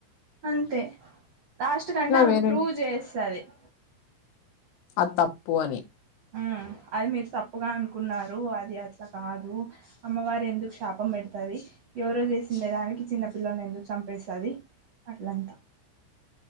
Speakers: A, on the right; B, on the left.
A: అంతె లాస్ట్ కంటే ఆమె
B: వేరే
A: ప్రూవ్ చేస్తది <inaudible>
B: అ తప్పు అని
A: ఆ అది మీరు తప్పుగా అనుకున్నారు అది అట్లా కాదు అమ్మవారు ఎందుకు శాపం పెడతాది ఎవరో చేసుండేదానికి చిన్న పిల్లల్ని ఎందుకు చంపేస్తాది అట్లంతా